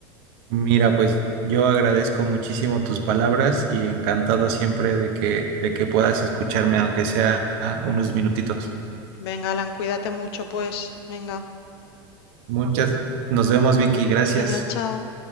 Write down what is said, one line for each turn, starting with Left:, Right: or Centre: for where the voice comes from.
Right: Mira, pues yo agradezco muchísimo tus palabras y encantado siempre de que, de que puedas escucharme, aunque sea ah, unos minutitos.
Left: Venga, Alan, cuídate mucho, pues. Venga,
Right: Muchas. Nos vemos, Vicky. Gracias.
Left: venga, chao.